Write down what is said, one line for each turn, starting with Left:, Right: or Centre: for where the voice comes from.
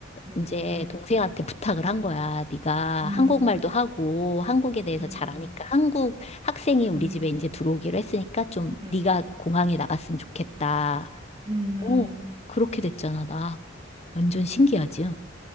Right: 음,
Left: 이제 동생한테 부탁을 한 거야. 네가
Right: 음,
Left: 한국말도 하고 한국에 대해서
Right: 음,
Left: 잘 아니까 한국 학생이 우리
Right: 음.
Left: 집에 이제 들어오기로 했으니까 좀
Right: 음,
Left: 네가 공항에 나갔으면 좋겠다.
Right: 음,
Left: 어, 그렇게 됐잖아, 나. 완전 신기하지?